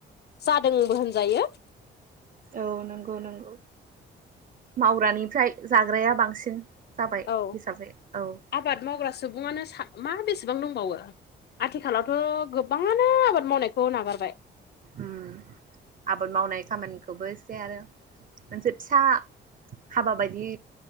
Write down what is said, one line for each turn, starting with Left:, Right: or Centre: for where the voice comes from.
Left: जादोंबो होनजायो
Right: औ नंगौ नंगौ मावग्रानिफ्राय जाग्राया बांसिन जाबाय
Left: औ
Right: हिसाबै औ
Left: आबाद मावग्रा सुबुङानो मा बेसेबां दंबावो आथिखालावथ' गोबाङानो आबाद मावनायखौ नागारबाय।
Right: उम आबाद मावनाय खामानिखौबो एसे आरो मोनसे फिसा हाबा बायदि